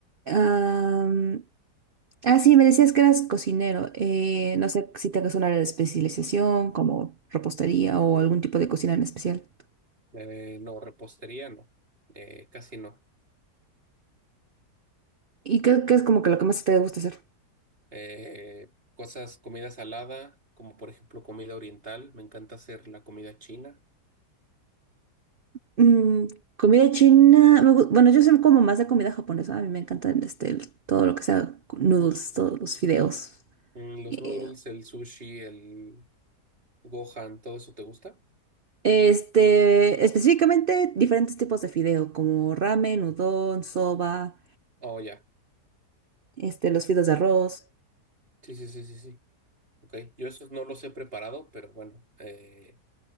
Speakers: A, on the right (about 65°); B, on the right (about 35°).
A: Am, ah, sí, me decías que eras cocinero. Eh, no sé si tengas un área de especialización, como repostería o algún tipo de cocina en especial.
B: Eh, no, repostería no, Eh, casi no.
A: ¿Y qué, qué es como que lo que más te gusta hacer?
B: Eh, cosas, comida salada, como por ejemplo comida oriental, me encanta hacer la comida china.
A: Mm, comida china. me gu- bueno, yo soy como más de comida japonesa. A mí me encanta este, el- todo lo que sea noodles, todos los fideos.
B: Mm, los
A: Eh,
B: noodles, el sushi, el gohan, ¿todo eso te gusta?
A: este, específicamente diferentes tipos de fideo, como ramen, udon, soba,
B: Oh, ya.
A: este, los fideos de arroz.
B: Sí, sí, sí, sí, sí. Ok, yo esos no los he preparado, pero bueno, eh,